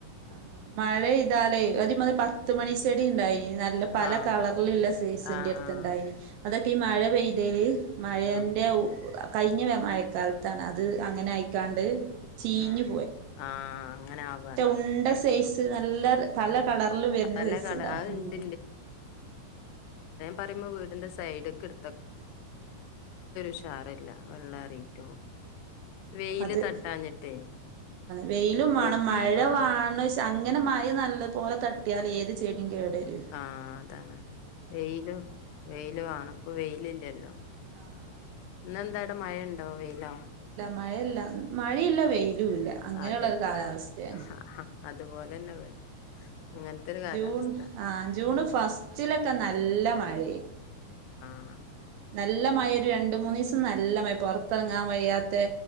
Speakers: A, on the right (about 80°); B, on the left (about 85°).
A: ആ മഴ ഇതാലേ ഒരുമാതിരി പത്ത് മണിച്ചെടി ഉണ്ടായി നല്ല പല
B: ആഹ്
A: കളർ ില്ല സയ്്സിന്റെറെ
B: ആഹ്
A: അടുത്ത്ണ്ടായിന്
B: ആഹ്
A: അതൊക്കെ ഈ മഴ പെയ്തല് മഴയന്റയ്
B: ആഹ്
A: കഴിഞ്ഞ മഴക്കാലത്താണ് അത് അങ്ങനെ ആയിക്കാണ്ട് ചീഞ്ഞു
B: ഉ ആഹ അങ്ങനെ ആവയാണ്
A: എണ്ട സേഫ <unintelligible> നല്ല പല കളറിലും വരുന്ന
B: പല
A: സൈസ്സ്
B: കള
A: ഉണ്ടാവും.
B: അത് ഇണ്ട് പറയുമ്പോവീടിന്റെ സൈഡക്കെ ഇടു ഉഷാറില്ല വെള്ളേറിയിട്ടും വെയില്
A: അത്
B: തട്ടാഞ്ഞിട്ടേ
A: വെയിലും വേണം
B: വെയ്
A: മഴ
B: ആഹ്
A: വാണ അങ്ങനെ മഴ നല്ലതു പോലെ തട്ടിയാൽ ഏത് ചെടിം കേട് വെരും
B: ആഹ് അതാണ് വെയിലും വെയില് വാണം പ്പൊ വെയിലില്ലല്ലോ
A: ആഹ് ആഹ്
B: ഇന്ന് എന്താവടെ മഴ ഉ ണ്ടോ വെയിലോ
A: മഴയല്ല മഴയില്ല വെയി ലുല്ല അങ്ങനെള്ള
B: അതെ
A: ഒരു കാലാവസ്ഥണ്
B: ആഹ് ആഹ് അതുപോലെന്നെ ഇവടിം അങ്ങനത്തൊരു കാലാവസ്ഥ
A: ജൂൺ ആ ജൂണ് ഫസ്റ്റിലൊക്കെ നല്ല മഴ
B: ആ
A: നല്ല മഴ ഒരു രണ്ട് മൂന്നീസം നല്ല മഴ പൊറത്തിറങ്ങാൻ വയ്യാത്തെ